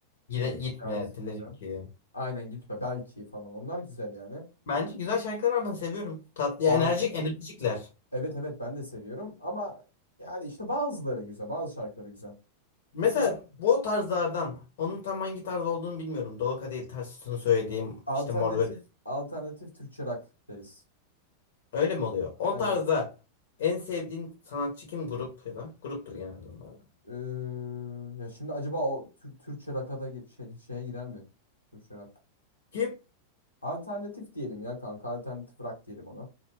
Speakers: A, on the left; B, on the left.
A: gide,
B: Dilerim
A: gitme
B: ki şarkısı
A: dilerim
B: güzel.
A: ki.
B: Aynen gitme belki falan onlar güzel yani.
A: Bence güzel şarkılar var ben seviyorum. Tatlı
B: Var
A: ya enerjik enerjikler.
B: evet evet ben de seviyorum ama yani işte bazıları güzel, bazı şarkıları güzel.
A: Mesela
B: Çünkü
A: bu o tarzlardan onun tam hangi tarz olduğunu bilmiyorum. Dolu Kadehi Ters Tut'un söylediğim
B: Alternatif
A: işte Mor ve
B: alternatif Türkçe rock deriz.
A: Öyle mi oluyor? O
B: Evet.
A: tarzda en sevdiğin sanatçı kim? Grup ya da gruptur genelde onlar. da.
B: Ee, ya şimdi acaba o Tür- Türkçe rock'a da gir- şey, şeye girer mi? Türkçe rock.
A: Kim?
B: Alternatif diyelim ya kanka. Alternatif rock diyelim ona.